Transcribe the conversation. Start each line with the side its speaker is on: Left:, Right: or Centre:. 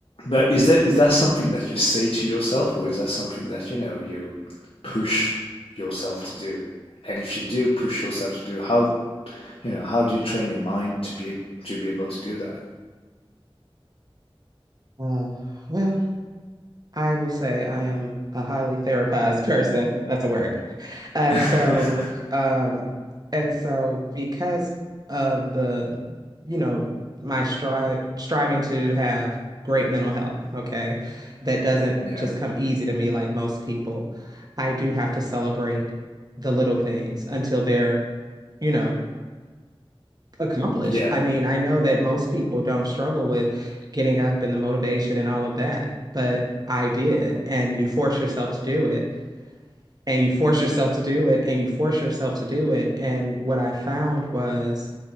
Left: But is that is that something that you say to yourself or is that something that, you know, you push yourself to do? And if you do push yourself to do, how, you know, how do you train your mind to be to be able to do that?
Right: Uh, well, I will say I am a highly therapized <laughs> person. That's a word. And
Left: <laughs>
Right: so, um, and so because of the, you know, my strive striving to have great mental health, okay, that doesn't
Left: Yeah.
Right: just come easy to me like most people. I do have to celebrate the little things until they're, you know, accomplished.
Left: Yeah.
Right: I mean, I know that most people don't struggle with getting up and the motivation and all of that, but I did. And you force yourself to do it, and you force yourself to do it, and you force yourself to do it. And what I found was